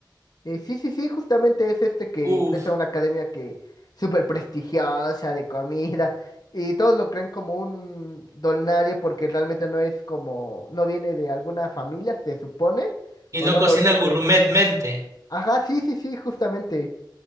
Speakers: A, on the left; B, on the right.
A: Eh, sí, sí, sí, justamente es este que
B: Uf,
A: ingresa a una academia que súper prestigiosa de comida y todos lo creen como un don nadie porque realmente no es como, no viene de alguna familia, se supone,
B: y
A: o
B: no
A: no
B: cocina
A: lo dice.
B: gourmetmente.
A: Ajá, sí, sí, sí, justamente.